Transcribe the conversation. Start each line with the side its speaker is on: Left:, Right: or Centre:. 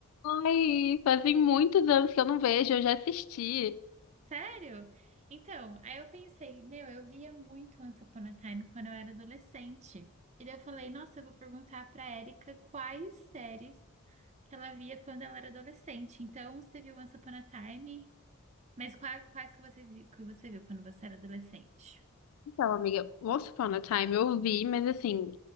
Left: Ai, fazem muitos anos que eu não vejo, eu já assisti.
Right: Sério? Então, aí eu pensei, meu, eu via muito Once Upon a Time quando eu era adolescente. E daí eu falei, nossa, eu vou perguntar pra Érica quais séries que ela via quando ela era adolescente. Então, você viu Once Upon a Time, mas qua- quais, que vocês vi- que você viu quando você era adolescente?
Left: Então, amiga, Once Upon a Time eu vi, mas assim,